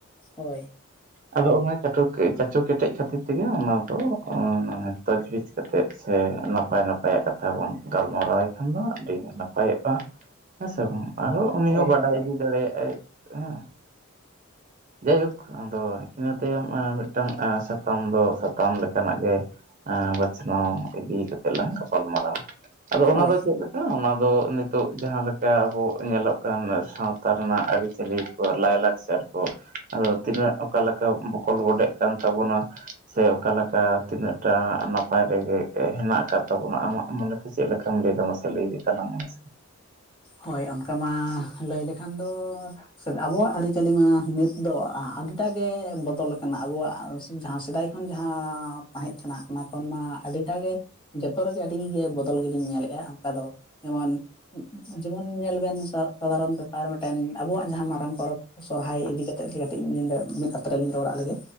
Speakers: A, on the left; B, on the right.
A: ᱦᱳᱭ
B: ᱟᱫᱚ ᱚᱱᱟ <unintelligible> ᱪᱟᱪᱚ ᱠᱮᱴᱮᱡ ᱠᱷᱟᱹᱛᱤᱨ ᱛᱮᱜᱮ ᱚᱱᱟ ᱫᱚ <unintelligible> ᱠᱟᱛᱮᱫ ᱥᱮ ᱱᱟᱯᱟᱭ ᱱᱟᱯᱟᱭᱟᱜ ᱠᱟᱛᱷᱟ ᱵᱚᱱ ᱜᱟᱞᱢᱟᱨᱟᱣᱮ ᱠᱷᱟᱱ ᱫᱚ ᱟᱹᱰᱤ ᱱᱟᱯᱟᱭᱚᱜᱼᱟ᱾ ᱦᱮᱸ ᱥᱮ ᱵᱟᱝ ᱟᱨᱦᱚᱸ ᱩᱱᱤ
A: ᱦᱳᱭ
B: ᱦᱚᱸ ᱵᱟᱰᱟᱭ
A: ᱦᱳᱭ ᱦᱳᱭ
B: ᱤᱫᱤ ᱫᱟᱲᱮᱭᱟᱜᱼᱟᱭ ᱦᱮᱸ ᱡᱟᱭ ᱦᱳᱠ ᱟᱫᱚ ᱤᱱᱟᱹ ᱛᱟᱭᱚᱢ ᱢᱤᱫᱴᱟᱝ ᱥᱟᱛᱟᱢ ᱫᱚ ᱥᱟᱛᱟᱢ ᱞᱮᱠᱟᱱᱟᱜ ᱜᱮ ᱟ ᱵᱟᱪᱷᱱᱟᱣ ᱤᱫᱤ ᱠᱟᱛᱮ ᱞᱟᱝ ᱜᱟᱯᱟᱞ ᱢᱟᱨᱟᱣᱟ᱾ ᱟᱫᱚ ᱚᱱᱟ
A: ᱦᱳᱭ
B: ᱫᱚ ᱪᱮᱫ ᱞᱮᱠᱟ ᱚᱱᱟ ᱫᱚ ᱱᱤᱛᱚᱜ ᱡᱟᱦᱟᱸ ᱞᱮᱠᱟ ᱟᱵᱚ ᱧᱮᱞᱚᱜ ᱠᱟᱱ ᱥᱟᱶᱛᱟ ᱨᱮᱱᱟᱜ ᱟᱹᱨᱤᱪᱟᱹᱞᱤ ᱠᱚ ᱞᱟᱭ ᱞᱟᱠᱪᱟᱨ ᱠᱚ ᱟᱫᱚ ᱛᱤᱱᱟᱹᱜ ᱚᱠᱟ ᱞᱮᱠᱟ ᱵᱚᱠᱚᱞ ᱵᱚᱰᱮᱜ ᱠᱟᱱ ᱛᱟᱵᱚᱱᱟ ᱥᱮ ᱚᱠᱟᱞᱮᱠᱟ ᱛᱤᱱᱟᱹᱜᱴᱟ ᱱᱟᱯᱟᱭ ᱨᱮᱜᱮ ᱦᱮᱱᱟᱜ ᱟᱠᱟᱫ ᱛᱟᱵᱚᱱᱟ ᱟᱢᱟᱜ ᱢᱚᱱᱮᱛᱮ ᱪᱮᱫ ᱞᱮᱠᱟᱢ ᱞᱟᱹᱭ ᱫᱟ ᱢᱟᱥᱮ ᱞᱟᱹᱭ ᱤᱫᱤ ᱛᱟᱞᱟᱝ ᱢᱮᱥᱮ?
A: ᱦᱳᱭ ᱚᱱᱠᱟ ᱢᱟ ᱞᱟᱹᱭ ᱞᱮᱠᱷᱟᱱ ᱫᱚ ᱟᱵᱚᱣᱟᱜ ᱟᱹᱨᱤ ᱪᱟᱹᱞᱤ ᱢᱟ ᱱᱤᱛ ᱫᱚ ᱟᱹᱰᱤᱴᱟᱜ ᱜᱮ ᱵᱚᱫᱚᱞ ᱟᱠᱟᱱᱟ ᱟᱵᱚᱣᱟᱜ ᱡᱟᱦᱟᱸ ᱥᱮᱫᱟᱭ ᱠᱷᱚᱱ ᱡᱟᱦᱟᱸ ᱛᱟᱦᱮᱸᱫ ᱠᱟᱱᱟ ᱚᱱᱟ ᱠᱷᱚᱱ ᱢᱟ ᱟᱹᱰᱤᱴᱟ ᱜᱮ ᱡᱚᱛᱚ ᱨᱮᱜᱮ ᱟᱹᱰᱤᱜᱮ ᱵᱚᱫᱚᱞ ᱜᱮᱞᱤᱧ ᱧᱮᱞᱮᱫᱼᱟ ᱚᱱᱠᱟ ᱫᱚ ᱡᱮᱢᱚᱱ ᱡᱮᱢᱚᱱ ᱧᱮᱞ ᱵᱮᱱ ᱥᱟᱫᱷᱟᱨᱚᱱ ᱵᱮᱯᱟᱨ ᱢᱤᱫᱴᱮᱱ ᱟᱵᱚᱣᱟᱜ ᱡᱟᱦᱟᱸ ᱢᱟᱨᱟᱝ ᱯᱚᱨᱚᱵᱽ ᱥᱚᱨᱦᱟᱭ ᱤᱫᱤ ᱠᱟᱛᱮᱜ ᱜᱮ ᱠᱟᱹᱴᱤᱡ <unintelligible> ᱢᱤᱫ ᱟᱛᱨᱮ ᱞᱤᱧ ᱨᱚᱲᱟᱜ ᱞᱮᱜᱮ᱾